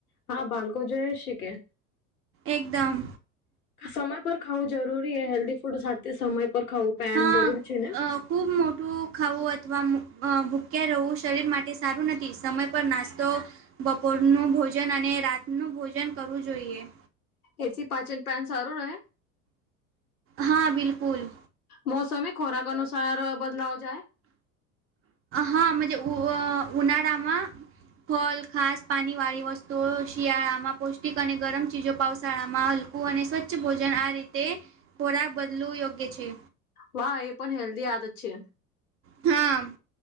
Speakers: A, on the left; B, on the right.
A: હા બાળકો જોઈ એ શી કે.
B: એકદમ.
A: સમય પર ખાવું જરૂરી હેલ્ધી ફૂડ સાથે સમય પર ખાવું પેન
B: હા
A: જરૂર છે ને
B: ખૂબ મોટું ખાવું અથવા ભૂક્યા રહેવું શરીર માટે સારું નથી સમય- પર નાસ્તો બપોરનું ભોજન અને રાતનું ભોજન કરવું જોઈએ-
A: એસી પાચન પેન સારું રહે?
B: હા બિલકુલ!
A: મોસમી ખોરાક અનુસાર બદલાવ જાય.
B: હા! મા ઝે ઉનાળામાં ફલ ખાસ પાણીવાળી વસ્તુઓ. શિયાળામાં પૌષ્ટિક અને ગરમ ચીજો. પાાવશાળામાં હલ. - અને સ્વચ્છ ભોજન આ રીતે થોડાક બદલું યોગ્ય છે.
A: વાહ! એ પણ હેલ્ધી આદત છે.
B: હા!